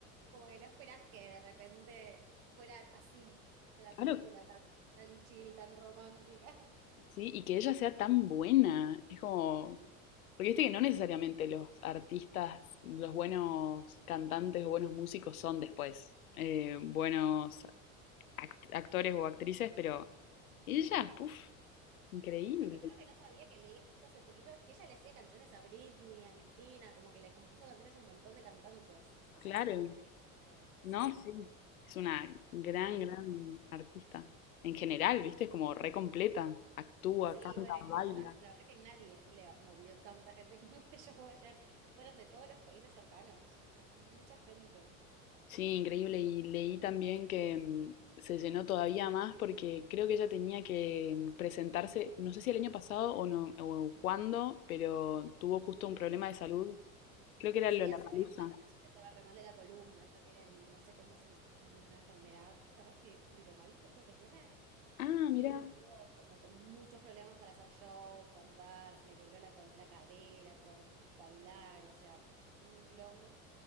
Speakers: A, on the right; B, on the left.
A: como que no esperás que de repente fuera así de la
B: Claro,
A: película tan, tan chill, tan romántica. <laughs>
B: Sí, y que ella sea tan buena. Es como.
A: Sí.
B: Porque viste que no necesariamente los artistas, los buenos cantantes o buenos músicos son después eh, buenos act- actores o actrices, pero ella, puf, increíble.
A: Es que yo lo que no sabía que leí justo hace poquito es que ella le hacía canciones a Britney, a Cristina, como que le compuso canciones a un montón de cantantes. O sea,
B: Claro,
A: es increíble. Sí,
B: no, sí. Es una gran,
A: genio.
B: gran artista. En general, viste, es como re completa. Actúa,
A: Sí,
B: canta,
A: bueno, y
B: baila.
A: te notas, la verdad que nadie le movió tanta gente <laughs> como este show ayer. Fueron de todos los países cercanos. Es mucha gente.
B: Sí, increíble. Y leí también que mm, se llenó todavía más porque creo que ella tenía que mm, presentarse, no sé si el año pasado o no, o cuándo, pero tuvo justo un problema de salud. Creo que era
A: Sí,
B: lo de
A: hace
B: la palusa.
A: varios años que estaba re mal de la columna, ya tienen, no sé cómo es el- una enfermedad, capaz fibri- fibromialgia creo que tiene.
B: Ah,
A: Y
B: mira,
A: estuvo como con muchos problemas para hacer shows, cantar, se le quebró la, col- la cadera por bailar, o sea, un quilombo.